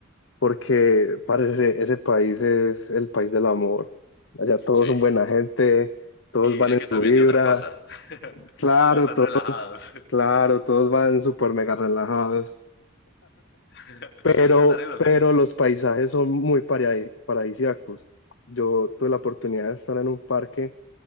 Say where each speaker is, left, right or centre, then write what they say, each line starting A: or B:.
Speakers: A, on the left; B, on the left.
A: porque parece ese país es el país del amor. Allá todos
B: Sí.
A: son buena gente, todos
B: Y
A: van
B: dicen
A: en
B: que también
A: su vibra,
B: de otra cosa. <laughs>
A: claro,
B: No están
A: to-
B: relajados.
A: claro, todos van súper mega relajados,
B: <laughs>
A: pero,
B: No están en lo
A: pero
B: suyo.
A: los paisajes son muy paradis- paradisíacos. Yo tuve la oportunidad de estar en un parque